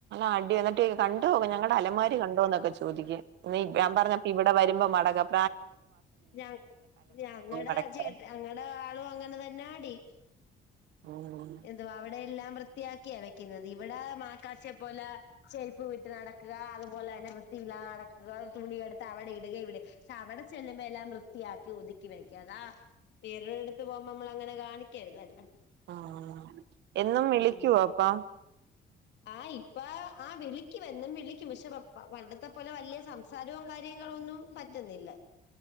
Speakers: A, on the right; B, on the left.
A: ആടി എന്നിട്ട് കണ്ടോ ഞങ്ങടെ അലമാരി കണ്ടോന്നൊക്കെ ചോദിക്കേ ഇ ഞാൻ പറഞ്ഞപ്പ ഇവിടെ വരുമ്പോ മടകം
B: ഞ ഞങ്ങളുടെ
A: മടക്കി
B: ചേട്ട ഞങ്ങടെ ആളും അങ്ങനെ തന്നെടി <unintelligible>
A: ഉം
B: എന്തുവാ അവിടെ എല്ലാം വൃ ത്തിയാക്കിയ വെക്കുന്നത് ഇവിടെ മാക്കാച്ചെ പോലെ ചെരുപ്പ് വിട്ട് നടക്കുക അതുപോലെ തന്നെ വൃത്തി എ നടക്കുക തുണിയെടുത്ത് അവിടെ ഇടുക ഇവിടെ പക്ഷെ അവിടെ ചെല്ലുമ്പോ എല്ലാം വൃത്തിയാക്കി ഒതുക്കി വെക്കും അതാ വേറോടെ അടുത്ത് പോകുമ്പോ നമ്മള അങ്ങനെ കാണിക്കരുതല്ലോ
A: ആഹ് എന്നും വിളിക്കുവോ
B: ഉം
A: അപ്പം
B: ആ ഇപ്പ ആ വിളിക്കും എന്നും വിളിക്കും പക്ഷെ പപ്പ പണ്ടത്തെ പോലെ വലിയ സംസാരവും കാര്യ കാര്യങ്ങളൊന്നും പറ്റുന്നില്ല